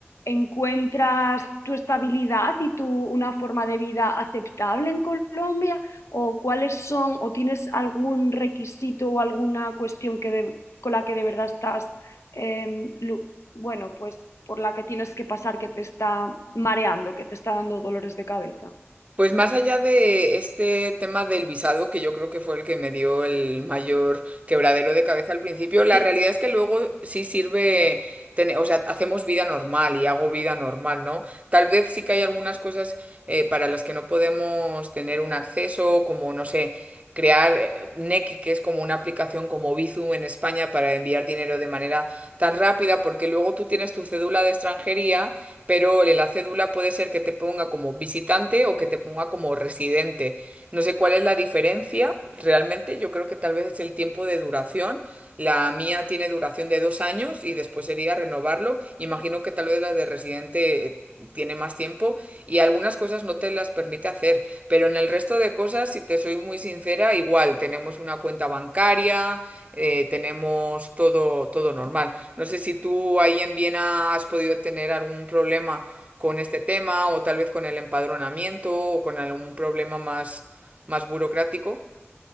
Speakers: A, on the left; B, on the right.
A: encuentras tu estabilidad y tu una forma de vida aceptable en Colombia o cuáles son o tienes algún requisito o alguna cuestión que de- con la que de verdad estás eh, lu- bueno, pues por la que tienes que pasar que te está mareando, que te está dando dolores de cabeza.
B: Pues más allá de este tema del visado, que yo creo que fue el que me dio el mayor quebradero de cabeza al principio, la
A: Sí.
B: realidad es que luego sí sirve, tener- o sea, hacemos vida normal y hago vida normal, ¿no? Tal vez sí que hay algunas cosas eh, para las que no podemos tener un acceso, como, no sé, crear eh, Nequi, que es como una aplicación como Bizum en España para enviar dinero de manera tan rápida, porque luego tú tienes tu cédula de extranjería pero el enlace DULA puede ser que te ponga como visitante o que te ponga como residente. No sé cuál es la diferencia realmente, yo creo que tal vez es el tiempo de duración. La mía tiene duración de dos años y después sería renovarlo. Imagino que tal vez la de residente eh, tiene más tiempo y algunas cosas no te las permite hacer, pero en el resto de cosas, si te soy muy sincera, igual tenemos una cuenta bancaria, eh, tenemos todo, todo normal. No sé si tú ahí en Viena has podido tener algún problema con este tema o tal vez con el empadronamiento o con algún problema más, más burocrático,